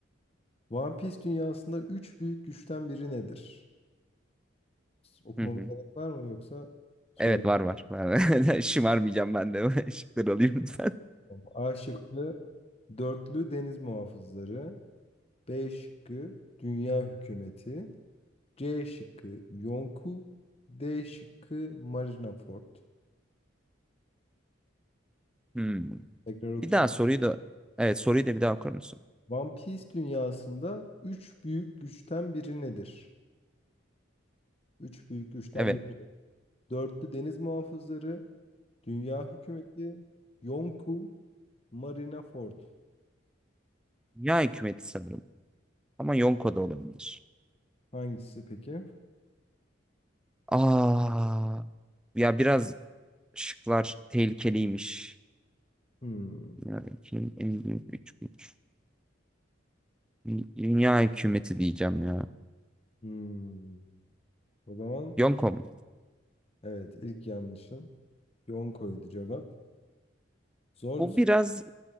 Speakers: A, on the left; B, in the centre.
A: One Piece dünyasında üç büyük güçten biri nedir? Okumama
B: Hı hı.
A: gerek var mı yoksa söyleyeyim.
B: Evet var var. var. <laughs> Şımarmayacağım ben de. <laughs> Şıkları alayım lütfen.
A: mi? A şıkkı dörtlü deniz muhafızları. B şıkkı dünya hükümeti. C şıkkı Yonku. D şıkkı Marineford.
B: Hmm.
A: Tekrar okuyayım
B: Bir daha
A: mı?
B: soruyu da evet soruyu da bir daha okur musun?
A: One Piece dünyasında üç büyük güçten biri nedir? Üç büyük güçten
B: Evet.
A: biri. Dörtlü deniz muhafızları, dünya hükümeti, Yonku, Marineford.
B: Ya hükümeti sanırım. Ama Yonko da olabilir.
A: Hangisi peki?
B: Aa, ya biraz Şıklar tehlikeliymiş.
A: Hmm.
B: Dünya ülkenin en büyük üç güç. Dü- Dünya hükümeti diyeceğim ya.
A: Hmm. O zaman
B: Yonko mu?
A: evet ilk yanlışın yoğun koydu cevap. Zor
B: Bu
A: bir soru.
B: biraz